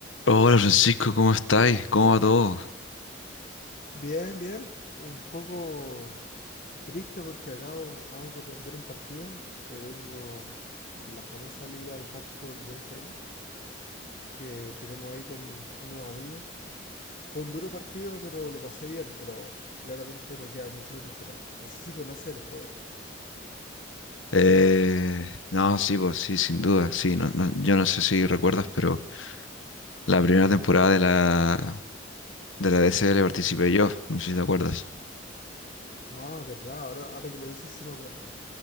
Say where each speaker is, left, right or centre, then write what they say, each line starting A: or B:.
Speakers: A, on the left (about 85°); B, on the left (about 45°).
A: Hola Francisco, ¿cómo estáis? ¿Cómo va todo?
B: Bien, bien. Un poco triste porque acabo, acabamos de perder un partido que vengo de la famosa liga de Hacksport DSL que tenemos ahí con unos amigos. Fue un duro partido, pero lo pasé bien, pero claramente me queda mucho por mejorar. No sé si conoces el juego.
A: Eh, no, sí, pues sí, sin duda, sí. No, no- yo no sé si recuerdas, pero la primera temporada de la, de la DCL participé yo, no sé si te acuerdas.
B: Ah, verdad, ahora, ahora que lo dices sí me acuerdo.